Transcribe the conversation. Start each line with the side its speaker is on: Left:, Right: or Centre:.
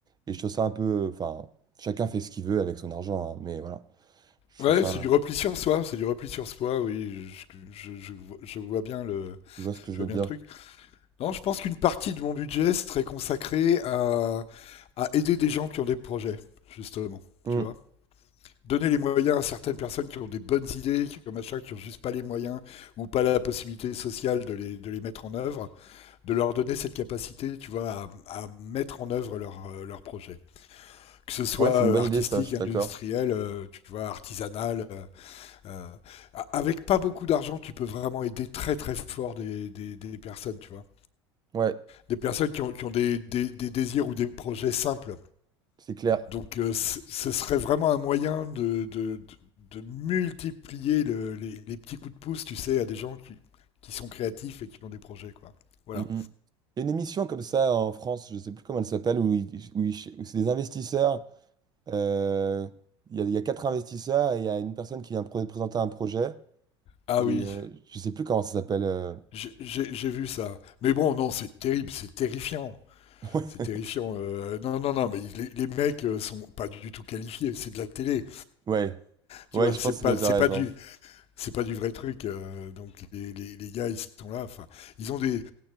Right: et je trouve ça un peu... Enfin, chacun fait ce qu'il veut avec son argent, hein, mais voilà. Je
Left: Ouais,
Right: trouve ça...
Left: c'est du repli sur soi, c'est du repli sur soi, oui, je, je- je vois je vois bien le,
Right: Tu vois ce que
Left: je
Right: je veux
Left: vois
Right: dire?
Left: bien le truc. Non, je pense qu'une partie de mon budget serait consacrée à, à aider des gens qui ont des projets, justement,
Right: Hmm.
Left: tu vois. Donner les moyens à certaines personnes qui ont des bonnes idées, qui ont machin, qui ont juste pas les moyens ou pas la possibilité sociale de les, de les mettre en œuvre de leur donner cette capacité, tu vois, à, à mettre en œuvre leur, euh, leur projet. Que ce soit
Right: Ouais, c'est
Left: euh,
Right: une bonne
Left: artistique,
Right: idée, ça, je suis
Left: industriel,
Right: d'accord.
Left: euh, tu vois, artisanal. euh, euh, a- avec pas beaucoup d'argent, tu peux vraiment aider très très fort des, des, des personnes, tu vois.
Right: Ouais,
Left: Des personnes qui ont, qui ont des, des, des désirs ou des projets simples.
Right: c'est clair.
Left: Donc euh, c- ce serait vraiment un moyen de, de, de, de multiplier le- les, les petits coups de pouce, tu sais, à des gens qui, qui sont créatifs et qui ont des projets, quoi. Voilà.
Right: Hmm, hmm. Il y a une émission comme ça en France, je sais plus comment elle s'appelle, où, ils- où ils- où c'est des investisseurs Euh, Il y a, il y a quatre investisseurs et il y a une personne qui vient pr- présenter un projet.
Left: Ah
Right: Et
Left: oui,
Right: euh, je sais plus comment ça s'appelle. euh,
Left: J'ai- J'ai j'ai vu ça. Mais bon, non, c'est terrible, c'est terrifiant.
Right: <laughs>
Left: C'est terrifiant. euh, non, non, non, mais les, les mecs euh, sont pas du tout qualifiés. C'est de la télé,
Right: Ouais,
Left: tu
Right: ouais,
Left: vois.
Right: je
Left: C'est
Right: pense
Left: pas,
Right: que tu
Left: c'est
Right: as raison.
Left: pas du, c'est pas du vrai truc. euh, donc les, les, les gars, ils sont là. Enfin, ils ont des,